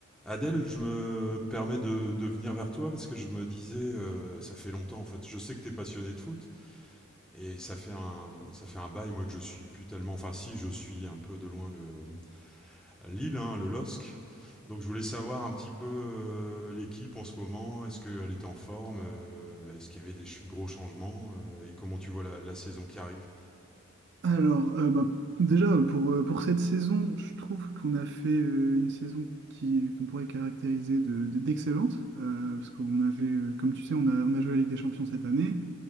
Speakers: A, in the centre; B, on the right.
A: Adèle, je me permets de, de venir vers toi parce que je me disais, euh, ça fait longtemps en fait, je sais que tu es passionné de foot et ça fait un, ça fait un bail, moi que je suis plus tellement, enfin si, je suis un peu de loin le Lille, hein, le LOSC. Donc je voulais savoir un petit peu euh, l'équipe en ce moment, est-ce qu'elle était en forme, euh, est-ce qu'il y avait des ch- gros changements euh, et comment tu vois la, la saison qui arrive.
B: Alors, euh, bah, déjà, pour, euh, pour cette saison, je trouve qu'on a fait euh, une saison qui, qu'on pourrait caractériser de- de- d'excellente, euh, parce qu'on avait, euh, comme tu sais, on a, on a joué la Ligue des Champions cette année.